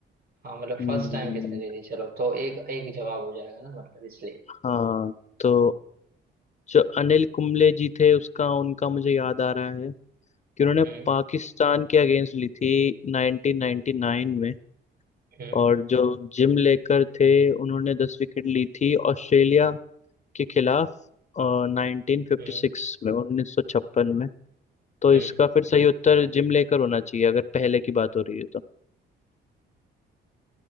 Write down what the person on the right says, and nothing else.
हाँ मतलब
फर्स्ट टाइम किसने दी थी चलो तो एक एक जवाब हो जाएगा ना मतलब इसलिए
हम्म
हम्म
हम्म
हम्म